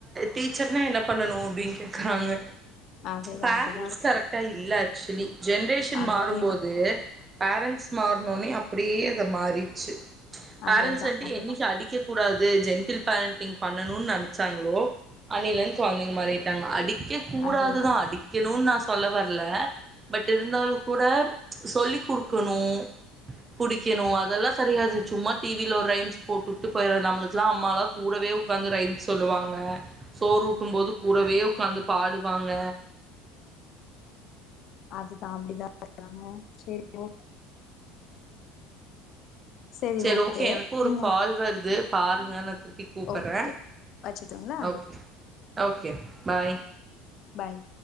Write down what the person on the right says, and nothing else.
டீச்சர்னா என்ன பண்ணனும் அப்படின் கேக்குறாங்க.
பேரண்ட்ஸ்
கரெக்டா இல்ல ஆக்சுவலி ஜென்ரேஷன்
மாறும்போது பேரண்ட்ஸ் மாறனோனே அப்படியே அதை மாறிடுச்சு. பேரெண்ட்ஸ்
வண்ட்டு
என்னைக்கு அடிக்க கூடாது ஜென்டில் பேரண்டிங் பண்ணணுன் நினைச்சாங்களோ அன்னிலருந் குழந்தைங்க மாறி - அடிக்க கூடாதுதான்
அடிக்கணும்னு நான் சொ சொல்ல வரல பட் இருந்தால கூட சொல்லி குடுக்கணும் புடிக்கணும் அதெல்லாம் கிடையாது சும்மா டிவில ஒரு ரைம்ஸ் போட்டுட்டு போய்ருவோ நம்மளுக்குல்லாம் அம்மாலாம் கூடவே உட்காந்து ரைம்ஸ் சொல்லுவாங்க சோறு ஊட்டும் போது கூடவே உக்காந்து பாடுவாங்க.
சரி ஓகே எனக்கும் ஒரு
கால் வருது பாருங்க நான் திருப்பி கூப்பிறேன்
ஓகே ஓகே பாய்.